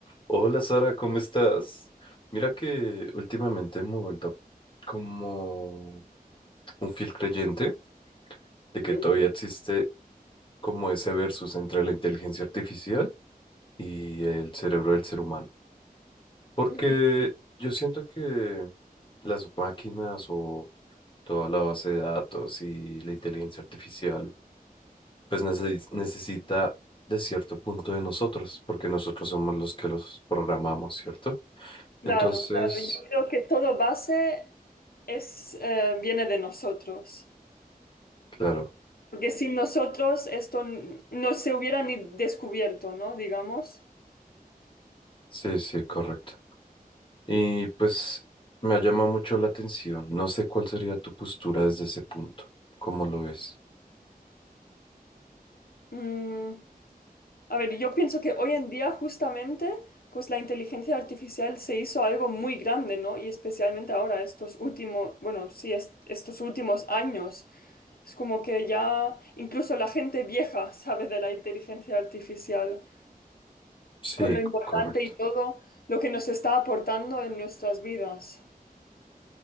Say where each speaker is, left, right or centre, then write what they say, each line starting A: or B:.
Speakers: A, on the left; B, on the left.
A: Hola Sara, ¿cómo estás? Mira que últimamente me he vuelto como un fiel creyente de
B: Ujú,
A: que todavía existe como ese versus entre la inteligencia artificial y el cerebro del ser humano. Porque
B: ujú.
A: yo siento que las máquinas o toda la base de datos y la inteligencia artificial pues neces- necesita de cierto punto de nosotros, porque nosotros somos los que los programamos, ¿cierto?
B: Claro,
A: Entonces,
B: claro. Yo creo que todo base es, eh, viene de nosotros.
A: claro.
B: Porque sin nosotros esto n- no se hubiera ni descubierto, ¿no? Digamos.
A: Sí, sí, correcto. Y pues me ha llamado mucho la atención. No sé cuál sería tu postura desde ese punto, cómo lo ves.
B: Mm, a ver, yo pienso que hoy en día justamente, pues la inteligencia artificial se hizo algo muy grande, ¿no? Y especialmente ahora, estos últimos, bueno, sí, est- estos últimos años. Es como que ya incluso la gente vieja sabe de la inteligencia artificial.
A: Sí,
B: con lo
A: c-
B: importante
A: correcto.
B: y todo lo que nos está aportando en nuestras vidas.